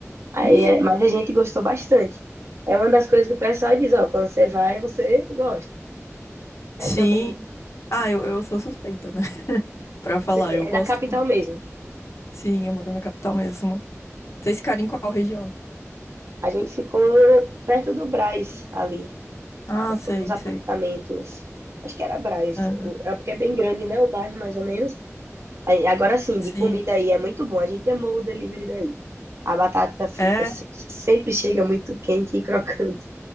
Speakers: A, on the right; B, on the left.
A: aí,
B: <laughs>
A: é- mas a gente gostou bastante. É uma das coisas que o pessoal diz, ó, quando você vai, você gosta né?
B: Sim.
A: Também
B: Ah, eu, eu sou suspeita, né? <laughs> Pra falar,
A: Você-
B: eu
A: É
B: gosto
A: da capital
B: muito.
A: mesmo.
B: Sim, eu moro na capital mesmo. Vocês ficaram em qual região?
A: A gente ficou perto do Brás ali.
B: Ah,
A: Aí ficou
B: sei,
A: nos apartamentos.
B: sei.
A: Acho que era Brás.
B: Aham.
A: o- É porque é bem grande, né? O bairro, mais ou menos. Aí, agora sim,
B: Sim.
A: de comida aí é muito bom. A gente amou o delivery daí. A batata frita
B: É?
A: se- sempre chega muito quente e crocante.